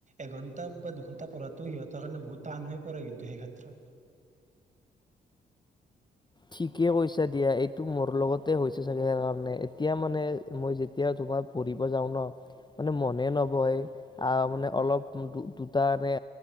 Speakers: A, on the right; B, on the left.
A: এঘন্টা বা দুঘন্টা পঢ়াতো সিহঁতৰ কাৰণে বহুত টান হৈ পৰে কিন্তু সেই ক্ষেত্ৰত।
B: ঠিকে কৈছা দিয়া, এইটো মোৰ লগতে হৈছে চাগে কাৰণে এতিয়া মানে মই যেতিয়া তোমাৰ পঢ়িব যাওঁ ন, মানে মনে নবহে। আহ মানে অলপ দু দুটানে